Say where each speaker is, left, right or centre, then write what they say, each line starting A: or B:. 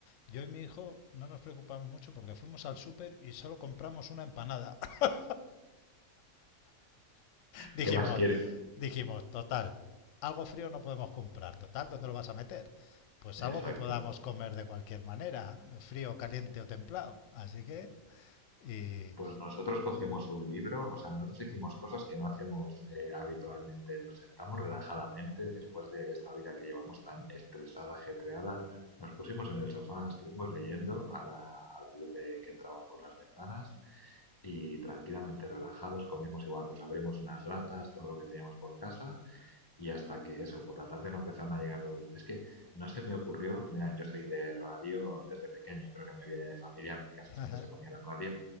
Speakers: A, on the left; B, on the left.
A: Yo y mi hijo no nos preocupamos mucho porque fuimos al súper y solo compramos una empanada. <laughs> Dijimos,
B: ¿Qué más quieres?
A: dijimos, total, algo frío no podemos comprar, total, ¿dónde lo vas a meter? Pues algo
B: Exacto.
A: que podamos comer de cualquier manera, frío, caliente o templado. Así que, y,
B: Pues nosotros cogimos un libro, o sea, nosotros hicimos cosas que no hacemos eh, habitualmente. Nos sentamos relajadamente después de esta vida que llevamos tan estresada, ajetreada. Nos pusimos en el sofá, estuvimos leyendo a la, a la luz de- que entraba por las ventanas y tranquilamente relajados comimos igual, pues abrimos unas latas, todo lo que teníamos por casa y hasta que eso, por la tarde no empezaron a llegar los... Es que no se me ocurrió, mira, yo soy de radio desde pequeño, creo que me viene de familia, en mi casa
A: <laughs>
B: siempre se ponía la radio.